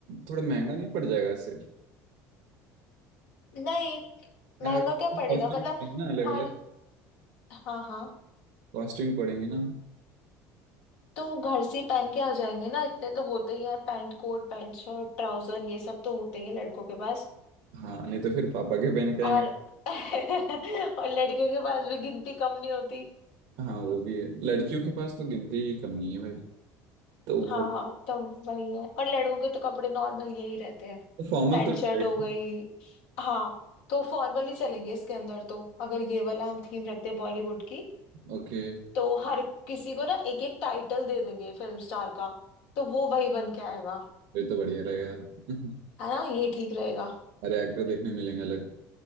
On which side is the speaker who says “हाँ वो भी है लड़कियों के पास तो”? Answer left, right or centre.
Right